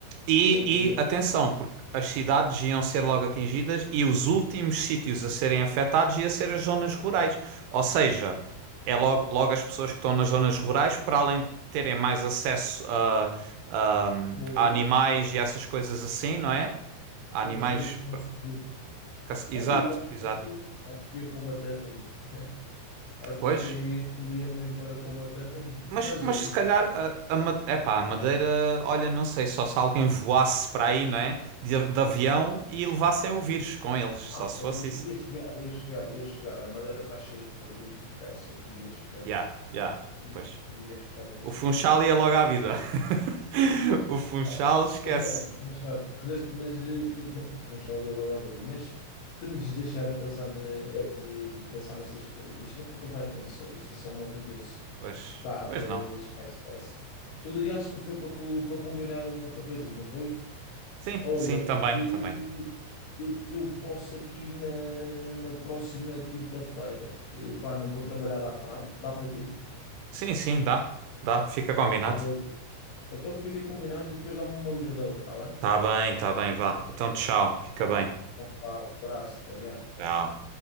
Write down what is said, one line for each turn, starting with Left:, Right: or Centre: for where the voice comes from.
Right: e,
Left: Eh,
Right: e atenção, porque as cidades iam ser logo atingidas e os últimos sítios a serem afetados ia ser as zonas rurais. Ou seja, é logo, logo as pessoas que estão nas zonas rurais, para além de terem mais acesso a, a-
Left: ou
Right: a animais
Left: isso, já,
Right: e essas coisas assim, não é? A
Left: não
Right: animais
Left: seres que nem
Right: para
Left: sobrevives.
Right: Exato,
Left: Olha, eu acho que
Right: exato.
Left: fazia isso, acho que ia para uma terrinha. Acho
Right: Pois.
Left: que eu queria, queria mesmo era para uma terrinha.
Right: Mas,
Left: Mas
Right: mas
Left: é
Right: se
Left: isso.
Right: calhar a, a, Ma- epá, a Madeira, olha, não sei, só se alguém voasse para aí, não é? De, de avião e levassem o vírus com eles, só
Left: Ah,
Right: se
Left: mas
Right: fosse
Left: ia ia
Right: isso.
Left: chegar, ia chegar, ia chegar. A Madeira está cheia de turismo, esquece aqui, ia chegar.
Right: Ya, ya,
Left: E
Right: pois.
Left: ia chegar logo
Right: O Funchal
Left: aqui,
Right: ia logo à vida. <laughs> O Funchal
Left: Ah,
Right: esquece.
Left: Não sabe, não sabe. Mas, este- mas eh, que te- com o Charlie é logo à vida. Mas temos de deixar a pensar, eh, é de pensar nestas coisas. Isto nunca vai acontecer. Isto é só uma tontice.
Right: Pois,
Left: Pá,
Right: pois
Left: eh,
Right: não.
Left: esquece, esquece. Tu ligaste-me foi para, co- para combinar um cafezinho, não foi?
Right: Sim,
Left: Olha,
Right: sim, também,
Left: eh,
Right: também.
Left: eu, eu posso aqui na, na próxima quinta-feira. Eh, Pá, não vou trabalhar à tarde. Dá para ti?
Right: Sim, sim, dá, dá, fica combinado.
Left: Tranquilo. Então fica combinado e depois dá-me uma ligadela, tá bem?
Right: Tá bem, tá bem, vá. Então tchau, fica bem.
Left: Então, Um abraço, até já.
Right: Tchau.